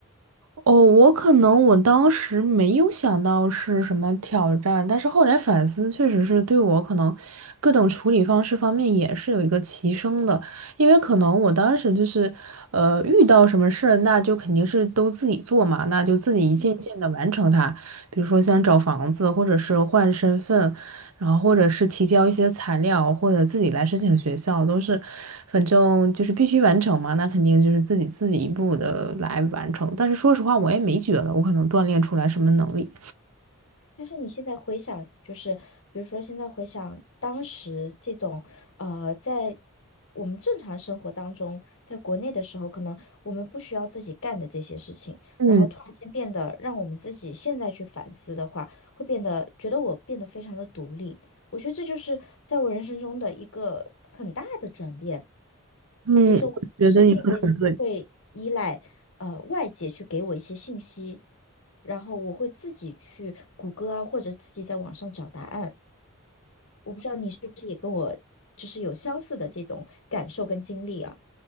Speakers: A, on the right; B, on the left.
A: 哦，我可能我当时没有想到是什么挑战，但是后来反思，确实是对我可能各种处理方式方面也是有一个提升的，因为可能我当时就是，呃，遇到什么事儿，那就肯定是都自己做嘛，那就自己一件件的完成它，
B: 嗯。
A: 比如说像找房子，或者是换身份，然后或者是提交一些材料，或者自己来申请学校，都是，反正就是必须完成嘛。那肯定就是自己自己一步的来完成。但是说实话，我也没觉得我可能锻炼出来什么能力。
B: 但是你现在回想，就是比如说现在回想当时这种，呃，在我们正常生活当中，在国内的时候，可能我们不需要自己干的这些事情，
A: 嗯
B: 然后突然间变得让我们自己现在去反思的话，会变得觉得我变得非常的独立。我觉得这就是在我人生中的一个很大的转变。
A: 嗯，
B: 比如说我事情，
A: 我觉得你说的很对。
B: 我已经不会依赖呃外界去给我一些信息。然后我会自己去谷歌啊，或者自己在网上找答案。我不知道你是不是也跟我就是有相似的这种感受跟经历啊？